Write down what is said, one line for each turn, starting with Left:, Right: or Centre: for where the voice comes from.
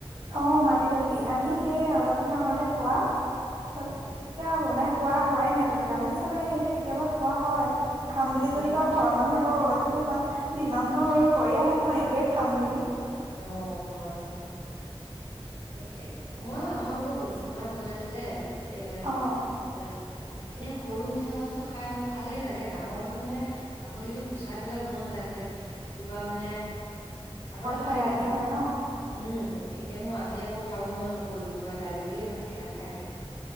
Right: অ'! মাটি দালি, আমি, সেই অলপ দিনৰ আগতে খোৱা। তাৰপিছত,
Left: উম উম
Right: এয়া, বনাই খো খোৱা হোৱাই নাই তেনেকে, আলহী চালহী আহিলে কেতিয়াবা খোৱা হয়। খাম বুলি
Left: অ
Right: যদি কয়! ঘৰৰ মানুহে কৈ কেতিয়াবা, দিমাণ্ডবোৰ কৰি আহে নহয়, এইটোৱে খাম বুলি।
Left: অ'! হয় হয়, একে। মই, আমাৰ আকৌ মিছা মাছ বনাইছিলে। এ,
Right: অ
Left: পিছত এনেই সৰু মিছা মাছটো খায় ভালেই লাগে। ডাঙৰটো মানে, বাকলিটো গুচাই পেলাই বনোৱা যায় যে। কিবা মানে, আগতে ভাল
Right: হেৰাই
Left: লাগিছিল
Right: দিয়া হয় ন'।
Left: উম, এতিয়া মোৰ আজি আকৌ খাব মন নগ'ল, মই দালি দিয়ে ভাতকেইটা খায় দিলোঁ।